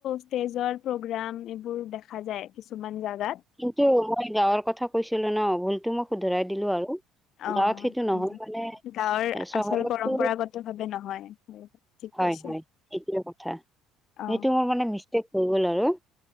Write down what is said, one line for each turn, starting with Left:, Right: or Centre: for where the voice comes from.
Left: ষ্টেজৰ প্ৰগ্ৰাম এইবোৰ দেখা যায়। কিছুমান জাগাত।
Centre: কিন্তু মই গাঁৱৰ কথা কৈছিলো ন' ভুলতো মই শুধৰাই দিলো আৰু।
Left: অঁ',
Centre: গাঁৱত সেইটো
Left: একো
Centre: নহয়
Left: নাই।
Centre: মানে
Left: গাঁৱৰ
Centre: এ চহৰতো
Left: আচল পৰম্পৰাগত ভাৱে নহয়। ঠিক
Centre: হয়-হয়,
Left: কৈছে
Centre: সেইটোৱে কথা। সেইটো
Left: অ
Centre: মোৰ মানে মিষ্টেক- হৈ গ'ল আৰু,